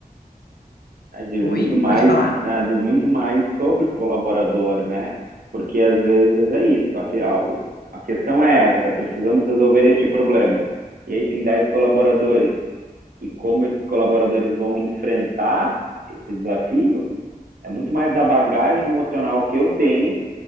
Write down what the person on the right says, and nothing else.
né, diz
muito mais,
né, diz muito mais sobre o colaborador, né? Porque às vezes é isso, a, que- a, o- a questão é essa, precisamos resolver este problema. E aí tem 10 colaboradores, e como esses colaboradores vão enfrentar esse desafio, é muito mais da bagagem emocional que eu tenho